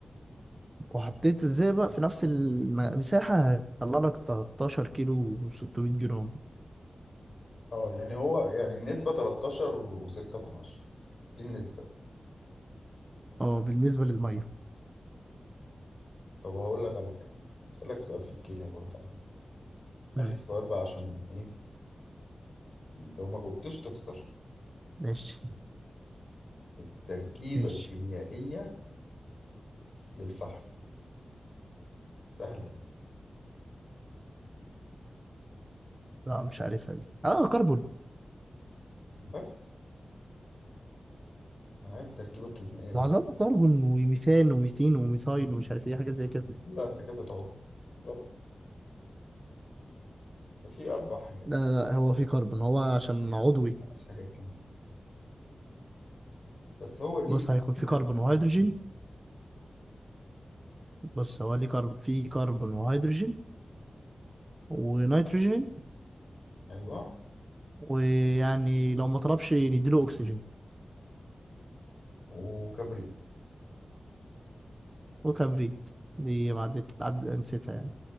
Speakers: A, on the right; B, on the left.
A: وحطيت الزئبق في نفس المساحه هيطلع لك 13 كيلو و600 جرام
B: اه يعني هو يعني النسبة 13 و6 من عشرة دي النسبة
A: اه بالنسبه للميه
B: طب هقول لك على حاجة هسألك سؤال في الكيمياء برضه يا معلم آخر
A: مم.
B: سؤال بقى عشان إيه لو ما جاوبتوش تخسر
A: ماشي
B: التركيبة
A: ماشي
B: الكيميائية للفحم سهلة أهو.
A: لا مش عارفها دي اه كربون
B: بس أنا عايز التركيبة الكيميائية
A: معظمه كربون وميثان وميثين وميثايل ومش عارف ايه حاجات زي كده
B: دي لا أنت كده بتعوق غلط ده في أربع حاجات
A: لا لا هو في كربون هو عشان عضوي
B: خمس حاجات كمان بس هو ليه
A: بص هيكون في
B: ليه تركيبة
A: كربون وهيدروجين
B: كده
A: بص هو ليه كرب في كربون وهيدروجين ونيتروجين
B: أيوه
A: ويعني لو ما طلبش نديله اكسجين
B: وكبريت
A: وكبريت دي ما عدت عد... نسيتها يعني